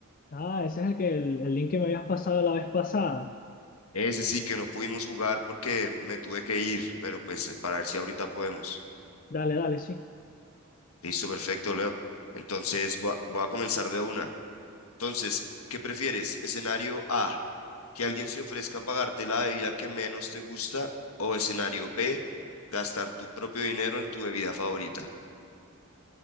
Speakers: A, on the left (about 40°); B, on the left (about 80°).
A: Ah, ese es el que el, el link que me habías pasado la vez pasada.
B: Ese sí que no pudimos jugar porque me tuve que ir, pero pues eh, para ver si ahorita podemos.
A: Dale, dale, sí.
B: Listo, perfecto, Leo. Entonces voy a voy a comenzar de una. Entonces, ¿qué prefieres? Escenario A. que alguien se ofrezca a pagarte la bebida que menos te gusta o escenario B, gastar tu propio dinero en tu bebida favorita.